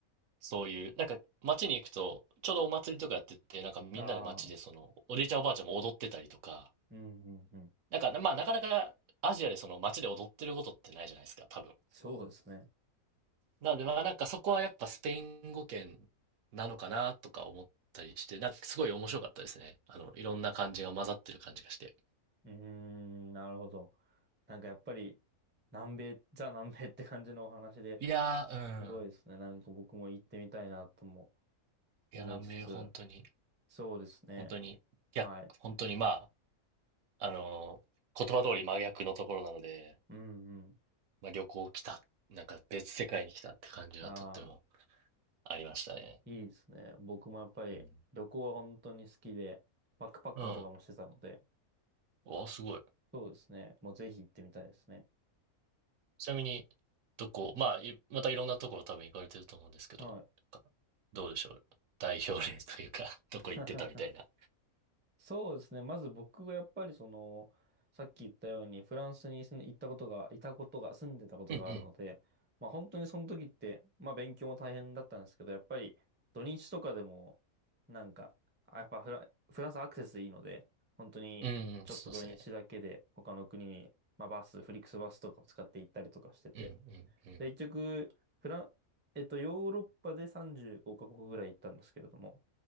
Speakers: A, on the right (about 70°); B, on the right (about 15°).
A: そういう、なんか街に行くと、ちょうどお祭りとかやってて、なんかみんなで街でその、
B: ああ、
A: おじいちゃんおばあちゃんも踊ってたりとか、
B: うん、うん、うん。
A: なんか、まあなかなかアジアでその街で踊ってることってないじゃないですか、多分。
B: そうですね。
A: なのでまあなんかそこはやっぱスペイン語圏なのかなとか思ったりして、なんかすごい面白かったですね。あの、いろんな感じが混ざってる感じがして。
B: うーん、なるほど。なんかやっぱり、南米、ザ南米って感じのお話で、
A: いやー、
B: すごいですね。
A: うん。
B: なんか僕も行ってみたいなとも
A: いや、
B: 思いつつ、
A: 南米本当に、
B: そうですね。
A: 本当に、逆、
B: はい。
A: 本当にまあ、あのー言葉通り真逆のところなので、
B: うんうん。
A: まあ、旅行来た、なんか別世界に来たって感じがとっても
B: ああ、
A: ありましたね。
B: いいですね。僕もやっぱり旅行は本当に好きで、
A: うん。
B: バックパッカーとかもしてたので、
A: うん。お、すごい。
B: そうですね。もうぜひ行ってみたいですね。
A: ちなみに、どこ、まあ、いまたいろんなところ多分行かれてると思うんですけど、
B: はい。
A: なんかどうでしょう。代表例というか <laughs> どこ行ってたみたいな。
B: <laughs> そうですね。まず僕がやっぱりその、さっき言ったようにフランスに住ん行ったことが、いたことが、住んでたことがあるので、
A: うんうん。
B: まあ本当にその時って、まあ勉強も大変だったんですけど、やっぱり土日とかでも、なんか、あやっぱフラ、フランスアクセスいいので、本当にちょっと土日だけで他の国に、
A: うんうん、そうですね。
B: まあバス、フリックスバスとかを使って行ったりとかしてて。
A: うんうんうん。
B: で、結局、フラン、えっと、ヨーロッパで35カ国ぐらい行ったんですけれども、